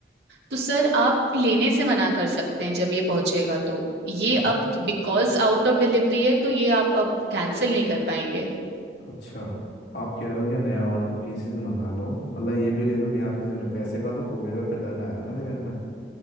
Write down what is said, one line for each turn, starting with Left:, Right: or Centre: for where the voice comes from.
Right: तो सर आप लेने से मना कर सकते हैं जब ये पहुंचेगा तो ये
Left: अरे
Right: अब बिकॉज आउट ऑफ डिलीवरी है तो ये आप अब कैंसिल नहीं कर पाएंगे
Left: अच्छा आप कह रहे हो क्या नया और पीसीस मंगा लो मतलब ये भी ले लो नया पीसीस ले लो पैसे का तो कुबेर का खजाना है ना मेरे घर में